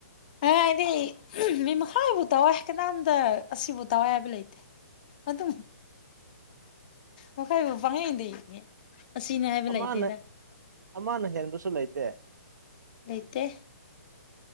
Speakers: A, on the left; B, on the right.
A: ꯑ ꯍꯥꯏꯗꯤ ꯃꯤ ꯃꯈꯥꯏꯕꯨ ꯇꯥꯎꯏ ꯀꯅꯥꯝꯗ ꯑꯁꯤꯕꯨ ꯇꯥꯎꯏ ꯍꯥꯏꯕ ꯂꯩꯇꯦ ꯑꯗꯨ ꯃꯈꯥꯏ ꯄꯉꯗꯤ ꯑꯁꯤꯅ ꯍꯥꯏꯕ
B: ꯑꯃꯅ
A: ꯂꯩꯗꯦꯗ
B: ꯑꯃꯅ ꯍꯦꯟꯕꯁꯨ ꯂꯩꯇꯦ
A: ꯂꯩꯩꯇ